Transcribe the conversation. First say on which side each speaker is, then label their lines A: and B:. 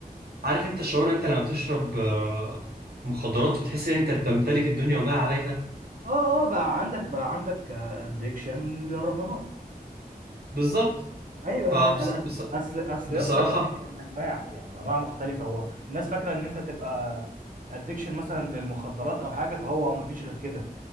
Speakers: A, on the right; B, on the right.
A: عارف انت الشعور انت لما بتشرب آه، مخدرات بتحس ان انت بتمتلك الدنيا وما عليها
B: اه اه بقى عندك بقى عندك ادكشن للرهانات
A: بالظبط
B: ايوه
A: فبص...
B: أنا- أنا-
A: بص...
B: اصل اصل
A: بصراحة
B: يا اسطى الادكشن انواع يعني انواع مختلفه هو الناس فاكره ان انت تبقى ادكشن مثلا للمخدرات او حاجه فهو ما فيش غير كده